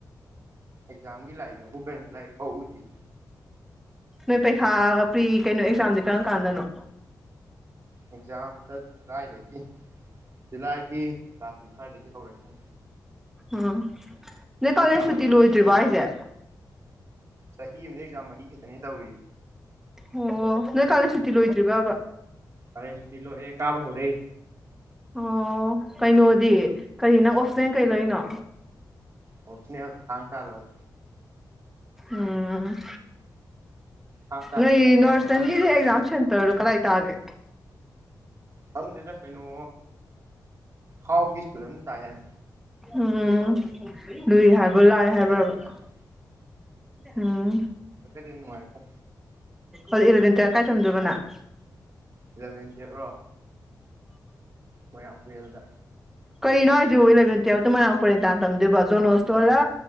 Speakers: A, on the right (about 45°); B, in the centre.
A: ꯑꯦꯛꯖꯥꯝꯒꯤ ꯂꯥꯏꯕꯤꯛꯑꯕꯨ ꯀꯩꯅꯣ ꯂꯥꯏꯔꯤꯛ ꯐꯧ ꯎꯗ꯭ꯔꯤ
B: ꯅꯣꯏ ꯄꯔꯤꯈꯥ ꯄ꯭ꯔꯤ ꯀꯩꯅꯣ ꯑꯦꯛꯖꯥꯝꯗꯤ ꯀꯔꯝ ꯀꯥꯟꯗꯅꯣ
A: ꯑꯦꯛꯖꯥꯝ ꯍꯟꯗꯛ ꯀꯗꯥꯥꯏꯗꯒꯤ ꯖꯨꯂꯥꯏꯒꯤ ꯇꯥꯡ ꯅꯤꯄꯥꯟꯗꯒꯤ ꯍꯧꯔꯅꯤ
B: ꯎꯝ ꯅꯣꯏ ꯀꯥꯂꯦꯟ
A: ꯑꯦꯛꯖꯥꯝꯒꯗꯤ
B: ꯁꯨꯇꯤ ꯂꯣꯏꯗ꯭ꯔꯤꯕ‌ꯣ
A: ꯃꯩꯅꯦ
B: ꯑꯩꯖ‌ꯦ
A: ꯑꯩꯈꯣꯏ ꯆꯍꯤ ꯑꯃꯗ ꯑꯦꯖꯥꯝ ꯃꯔꯤ ꯈꯤꯛꯇꯅꯦ ꯇꯧꯔꯤ
B: ꯑꯣ ꯅꯣꯏ ꯀꯥꯂꯦꯟ ꯁꯨꯇꯤ ꯂꯣꯏꯗ꯭ꯔꯤꯕꯕ
A: ꯀꯔꯦꯟꯁꯨꯇꯤ ꯂꯣꯏꯔ‌ꯦ ꯀꯥꯕ ꯍꯧꯔꯦ
B: ꯑꯣ ꯀꯩꯅꯣꯗꯤ ꯀꯔꯤ ꯅꯪ ꯑꯣꯞꯁꯅ‌ꯦꯜ ꯀꯩ ꯂꯩꯔꯤꯅꯣ
A: ꯑꯣꯠꯅꯦꯁ ꯊꯥꯡ ꯇꯥ ꯂꯧꯏ
B: ꯎꯝ
A: ꯊꯥꯡ ꯇꯥꯅꯤ
B: ꯅꯣꯏ
A: ꯏꯂꯥꯏ ꯂꯥꯏꯌꯦ
B: ꯅꯣꯁꯇꯪꯟꯒꯤꯖ‌ꯦ
A: ꯊꯥꯡ ꯇꯥ ꯂꯧ
B: ꯑꯦꯖꯝꯁ‌ꯦꯟ ꯇ꯭ꯔ ꯀꯂꯔꯥꯏꯇꯒ‌ꯦ
A: ꯈꯪꯗꯗ ꯀꯩꯅꯣ ꯍꯥꯎꯒꯤ ꯁ꯭ꯀꯨꯜ ꯑꯝꯗ ꯇꯥꯏ ꯍꯥꯏ
B: ꯎꯝꯝ ꯂꯨꯏ ꯍꯥꯏꯕ꯭ꯔꯣ ꯂꯥꯏ
A: ꯂꯥꯏꯕꯛꯇꯤ
B: ꯍꯥꯏꯕ꯭ꯔꯕ‌ꯣ
A: ꯑꯗꯨꯝ ꯅꯨꯡꯉꯥꯏꯀꯣ
B: ꯎꯝ
A: ꯂꯥꯏꯕꯛꯇꯤ ꯑꯗꯨꯝ ꯅꯨꯡꯉꯥꯏꯀꯣ
B: ꯑꯗꯨꯗꯤ ꯏꯂꯚꯦꯟ ꯇꯨꯌ‌ꯦꯞ ꯀꯥꯏ ꯇꯝꯗꯨꯏꯕꯅꯪ
A: ꯏꯂꯚꯦꯟ ꯇꯨꯌꯦꯞꯔꯣ ꯃꯣꯏꯔꯥꯡ ꯄꯨꯨꯔꯦꯜꯗ
B: ꯀꯩꯅꯣ ꯍꯥꯏꯖꯤꯕ‌ꯣ ꯏꯂꯚꯦꯟ ꯇꯨꯋꯦꯜꯇ ꯃ‌ꯣꯏꯔꯥꯡ ꯄꯨꯔꯦꯟ ꯇꯥꯥꯟ ꯇꯝꯗꯣꯏꯕ ꯖꯅꯣꯁꯇꯣꯂ